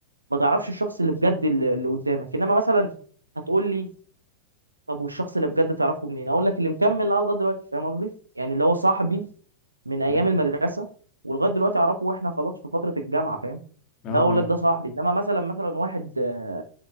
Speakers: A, on the right; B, on the left.
A: ما تعرفش الشخص اللي بجد اللي اللي قدامك انما مثلا هتقول لي طب والشخص اللي بجد تعرفه منين اقول لك اللي مكمل معاه لغايه دلوقتي فاهم قصدي يعني اللي هو صاحبي من ايام
B: مم.
A: المدرسه ولغايه دلوقتي اعرفه واحنا خلاص في فتره الجامعه فاهم
B: اه اه
A: ده اقول لك ده صاحبي انما مثلا مثلا واحد آه،